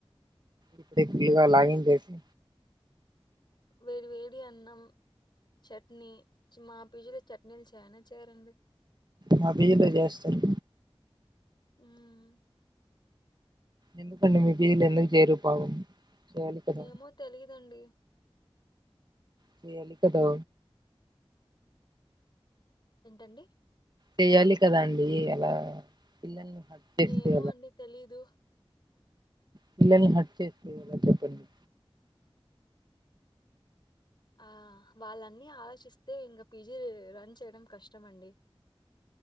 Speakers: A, on the right; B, on the left.
A: ఇప్పుడే ఫుల్లుగా లాగించెసి.
B: వేడి వేడి అన్నం చట్నీ మా పిల్లలు చట్నీ. నేను చెయనా చేయరండి.
A: మా పిజీలో చేస్తారు.
B: మ్మ్
A: ఎందుకు అండి మీరు <unintelligible> ఎందుకు చేయరు పాపం. చేయాలి కదా
B: ఏమో తెలిదండి.
A: చేయాలి కదా.
B: ఏంటండి.
A: చెయాలి కదా అండి అలా. పిల్లల్ని హర్ట్ చేస్తే
B: ఏమో అండి తెలీదు.
A: పిల్లని హట్ చేస్తుండ్ర చెప్పండి.
B: ఆహ్ వాళ్ళన్నీ ఆలోచిస్తే ఇంకా పీజీ రన్ చేయడం కష్టము అండి.